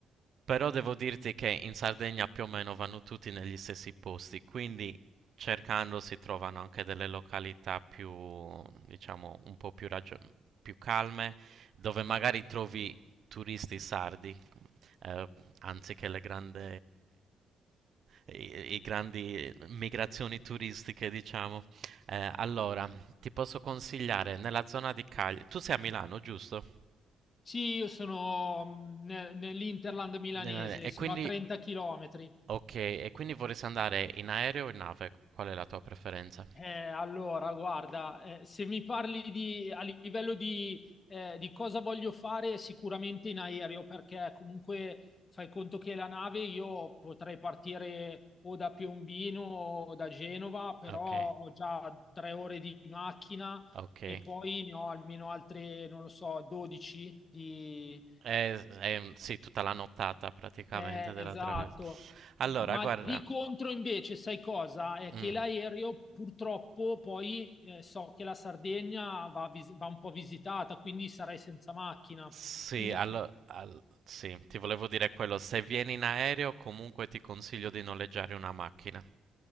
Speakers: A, on the right (about 60°); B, on the left (about 35°).
A: Però devo dirti che in Sardegna più o meno vanno tutti negli stessi posti, quindi cercando si trovano anche delle località più, diciamo, un po' più, ragio- più calme, dove magari trovi turisti sardi eh, anziché le grandi, i, i grandi migrazioni turistiche, diciamo. Eh, allora, ti posso consigliare nella zona di Cagliari. Tu sei a Milano, giusto?
B: Sì, io sono mh, ne- nell'Interland milanese,
A: Eh, E
B: sono
A: quindi,
B: a 30 km.
A: ok, e quindi vorresti andare in aereo o in nave? Qual è la tua preferenza?
B: Eh, allora, guarda, eh, se mi parli di, a livello di, eh, di cosa voglio fare, sicuramente in aereo, perché comunque fai conto che la nave io potrei partire o da Piombino o da Genova, però
A: Ok,
B: ho già tre ore di macchina
A: ok.
B: e poi ne ho almeno altre, non lo so, 12 di,
A: Eh, eh, sì, tutta la nottata praticamente
B: eh,
A: della
B: esatto.
A: traversa. Allora,
B: Ma
A: guarda,
B: di contro invece, sai cosa? È
A: mm,
B: che l'aereo purtroppo poi eh, so che la Sardegna va, vis- va un po' visitata, quindi sarei senza macchina.
A: Sì,
B: Quindi,
A: allo- al- sì, ti volevo dire quello, se vieni in aereo comunque ti consiglio di noleggiare una macchina.